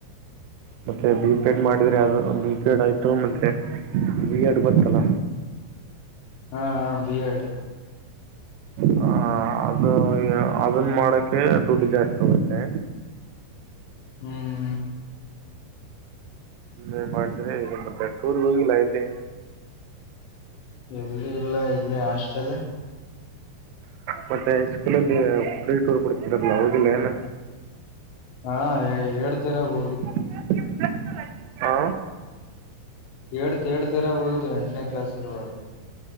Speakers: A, on the right; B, on the left.
A: ಮತ್ತೆ ಬಿ ಪಿ ಎಡ್ ಮಾಡಿದ್ರೆ ಅದು ಬಿ ಪಿ ಎಡ್ ಆಯ್ತು ಮತ್ತೆ ಬಿ ಎಡ್ ಗತ್ತಲ್ಲ
B: ಹಾ ಬಿ ಎಡ್
A: ಹ ಅದು ಅದನ್ ಮಾಡಕ್ಕೆೆ ದುಡ್ಡು ಜಾಸ್ತಿ ಹೋಗುತ್ತೆ
B: ಹ್ಮ್
A: ಏನ್ ಮಾಡಿದ್ರ್ ಏನ್ ಕತೆ ಟೂರ್ಗೆ ಹೋಗಿಲ್ಲ ಎಲ್ಲಿ
B: ಎಲ್ಲಿ ಇಲ್ಲ ಇಲ್ಲಿ ಹಾಸ್ಟೆಲ್
A: ಮತ್ತೆ ಸ್ಕೂಲಲ್ಲಿ ಫ್ರೀ ಟೂರ್ ಬಿಡ್ತಿರಲ್ಲ ಹೋಗಿಲ್ಲ ಏನ
B: ಹಾ ಎಡ್ತ ಇರುವಾಗ್ ಹೋಗಿದ
A: <unintelligible> ಹಾ
B: ಏಡ್ತ್ ಏಡ್ತ್ ಇರುವಾಗ ಹೋಗಿದ್ದ್ವಿ ಎಂಟನೇ ಕ್ಲಾಸ್ ಇರುವಾಗ..